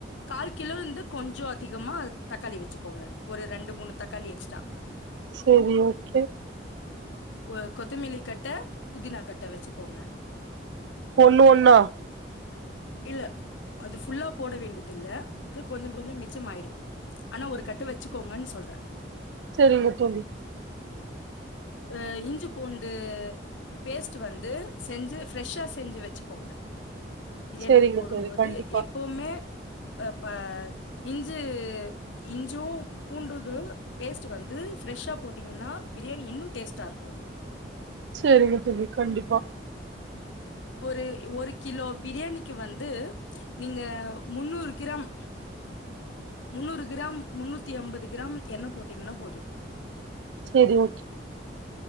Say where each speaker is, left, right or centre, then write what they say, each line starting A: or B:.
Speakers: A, on the left; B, on the right.
A: கால் கிலோல்ருந்து கொஞ்சோ அதிகமா தக்காளி வச்சுக்கோங்க ஒரு ரெண்டு மூணு தக்காளி எக்ஸ்ட்டா
B: சரி ஓகே
A: கொ கொத்தமல்லிக்கட்டோ புதினா கட்டோ வச்சுக்கோங்க
B: ஒன்னு ஒன்னா
A: இல்ல அது ஃபுல்லா போட வேண்டியதில்ல இது கொஞ்சோ கொஞ்ச மிச்சமாயிரு ஆனா ஒரு கட்டு வச்சுக்கோங்கன்னு சொல்ற
B: சரிங்க தோழி
A: ஆ இஞ்சு பூண்டு பேஸ்ட் வந்து செஞ்சு ஃபிரஷ்ஷா செஞ்சு வச்சுக்கோங்க பிரியாணிக்கு
B: செரிங்க
A: போடும்போது
B: தோழி கண்டிப்பா
A: எப்பவுமே ப இஞ்சு இஞ்சூ பூண்டுது பேஸ்ட் வந்து ஃபிரஷ்ஷா போட்டீங்கன்னா பிரியாணி இன்னு டேஸ்ட்டா இருக்கு
B: சரிங்க தோழி கண்டிப்பா
A: ஒரு ஒரு கிலோ பிரியாணி வந்து நீங்க முந்நூறு கிராம் முந்நூறு கிராம் முந்நூத்தி அம்பது கிராம் எண்ணெ போட்டீங்கன்னா போது
B: சேரி ஓகே